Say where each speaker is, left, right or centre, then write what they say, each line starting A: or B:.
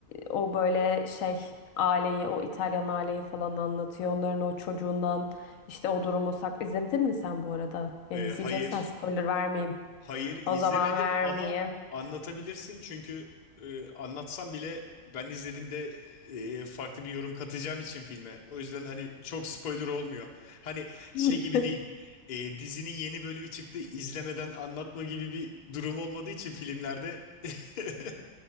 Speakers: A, on the left; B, on the left.
A: o böyle şey aileyi, o İtalyan aileyi falan anlatıyor. Onların o çocuğundan işte o durumu sak. İzledin mi sen bu arada? Yani
B: E,
A: izleyeceksen
B: hayır.
A: spoiler vermeyeyim.
B: Hayır izlemedim
A: O zaman vermeyeyim.
B: ama anlatabilirsin çünkü e, anlatsam bile ben izlediğimde e, farklı bir yorum katacağım için filme. O yüzden hani çok spoiler olmuyor. Hani şey
A: <laughs>
B: gibi değil e, dizinin yeni bölümü çıktı izlemeden anlatma gibi bir durum olmadığı için filmlerde <laughs>